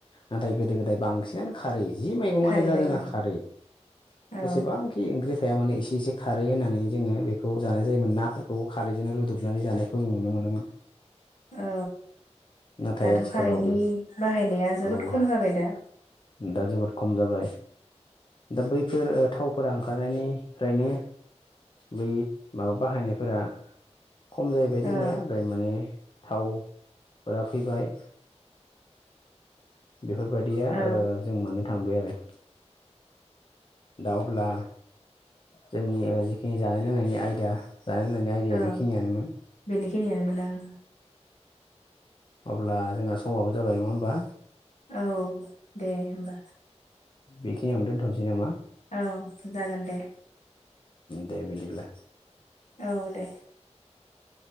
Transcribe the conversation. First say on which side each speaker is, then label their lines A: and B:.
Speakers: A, on the left (about 45°); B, on the left (about 85°).
A: नाथाय गोदो गोदाय बांसिनानो खारै जि मैगंयानो
B: खारै
A: जा
B: बायबा
A: जोंना खारै
B: औ
A: जेसेबांखि ओंख्रि थाया मानो एसे एसे खारै होनानै जोङो बेखौ जानाय जायोमोन नाफोरखौबो खारैजोंनो रुदबनानै जानायखौ जों नुनो मोनोमोन।
B: औ
A: नाथाय
B: दाथ'
A: आथिखालाव
B: कारैनि
A: बे
B: बाहायनाया जोबोद
A: औ
B: खम जाबाय दा
A: दा जोबोद खम जाबाय दा बैफोर ओ थावफोरा ओंखारनायनि फ्रायनो बै माबा बाहायनायफोरा खम जाहैबाय जोंनिया
B: औ
A: जाय माने थावफोरा फैबाय बेफोरबायाददिया
B: औ
A: ओ जों मोननो थांबाय आरो दा अब्ला जोंनि जिखिनि जानाय लोंनायनि आयदा जानाय लोंनायनि आयदाआ
B: औ
A: बे खिनियानोमोन।
B: बेनिखिनियानोमोन आं
A: अब्ला जोंहा समाबो जाबाय नङा होमबा
B: औ दे होमबा
A: बेखिनियावनो दोनथ'नोसै नामा।
B: औ जागोन दे।
A: दे बिदिब्ला।
B: औ दे